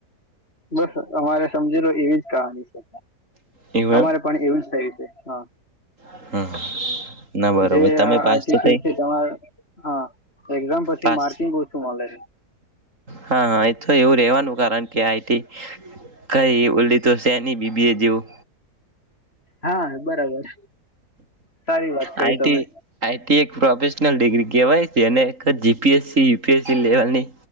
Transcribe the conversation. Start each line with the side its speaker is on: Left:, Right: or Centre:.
Left: બસ અમારે સમજી લો એવી જ કહાની છે,
Right: હતું એવું
Left: અમારે પણ એવું જ થયું છે. હા
Right: એમ હા ના બરોબર
Left: જે
Right: તમે
Left: આ
Right: પાસ
Left: ફ
Right: તો થઈ
Left: હા એક્ઝામ પછી
Right: પાસ
Left: માર્કિંગ ઓછું મળે
Right: હા હા એ તો એવું રવાનું કારણ કે આઈટી કઈ ઓલી તો છેેની બીબી એ જેવું
Left: હા બરાબર સારી વાત કરી
Right: આઈટી
Left: તમે
Right: આઈટી એક પ્રોફેશનલ ડિગ્રી કહેવાય એના જીપએસસી યુીએસસી લેવલની